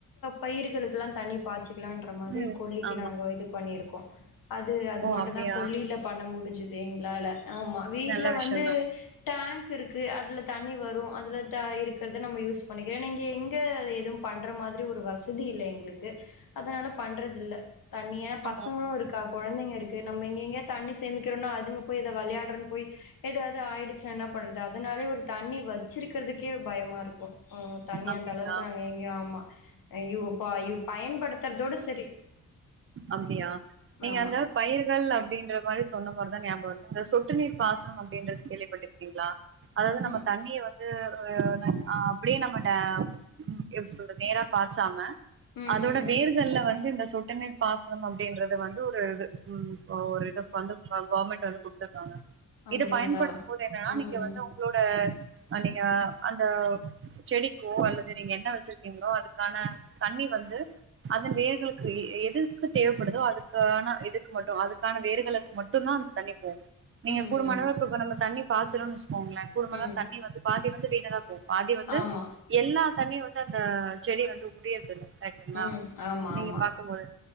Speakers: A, on the left; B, on the right.
A: பயிர்களுக்கெல்லாம் தண்ணி பாத்த வச்சுக்கலாம்ன்ற மாதிரி
B: ம்
A: கொல்லிக்கு
B: ஆமா
A: நாங் இது பண்ணியிருக்கோம் அது அது
B: ஓ
A: மட்டும்
B: அப்டியா
A: தான் கொல்லியில பண்ண முடிஞ்சு <unintelligible> எங்ளால ஆமா வீட்ல
B: நல்ல விஷயந்தா
A: வந்து டேங்க் இருக்கு அதுல தண்ணி வரும் அதுல இருக்கிறத நம்ம யூஸ் பண்ணிக்கிறோம் நீங்க எங்க <unintelligible> எதுவும் பண்ற மாதிரி ஒரு வசதி இல்லை எங்களுக்கு அதனால பண்றது இல்ல தனியா பசங்களும்
B: ஆமா
A: இருக்கா குழந்தைங்க இருக்கு நம்ம எங்க எங்கேய தண்ணி சேமிக்கிறோம்னா அது போய் ஏதோ விளையாடுறன்னு போய் ஏதாவது ஆயிடுச்சு என்ன பண்றது அதனாலே ஒரு தண்ணி வச்சிருக்கு இருக்கிறதுக்கே பயமா இருக்கும் தண்ணி
B: அப்டிங்களா
A: அந்த அளவுக்கு க்குங்க எங்க ஆமா யோப்ப பயன்படுத்துறதோட சரி
B: அப்படியா நீங்க
A: ஆமா
B: அந்த பயிர்கள் அப்படின்ற மாதிரி சொன்ன போதுதான் ஞாபம் இந்த சொட்டு நீர் பாசனம் அப்படின்றது கேள்விப்பட்டிருக்கீங்களா அதாவது நம்ம
A: ம்
B: தண்ணிய வந்து வேற வன்ன அப்படியே நம்ம உ எப்படி சொல்ற நேரா பாச்சாம
A: ம்
B: அதோட
A: ம்
B: வேர்கள்ல வந்து இந்த சொட்டு நீர் பாசனம் அப்படின்றது வந்து ஒரு இது உ இது ஒ இது வந்து கவர்மெண்ட் வந்து குடுத்துருக்காங்க
A: அப்டிங்களா
B: இத பயன்படுத்தும் போது என்னன்னா
A: ம்
B: நீங்க வந்து உங்களோட நீங்க அந்த செடிக்கோ அல்லது நீங்க என்ன வச்சிருக்கீங்களோ அதுக்கான தண்ணி வந்து அதன் வேர்களுக்கு எது தேவைப்படுதோ அதுக்கான இதுக்கு மட்டும் அதுக்கான வேறுகளுக்கு மட்டும் தான் அந்த தண்ணி போகும் நீங்க
A: ம் ம்
B: கூடுமான
A: ம்
B: அளவு இப்ப நம்ம தண்ணி பச்சினு சொல் போங்களேன் குடும்பலா
A: ம்
B: தண்ணி வந்து பாதி வந்து <unintelligible> பாதி வந்து
A: ஆமா
B: எல்லா தண்ணி வந்து அந்த செடி வந்து உடயறது தில்லை கேட்டுங்களா
A: ம் ஆமா
B: நீங்க
A: ஆமா
B: பாக்கும்போது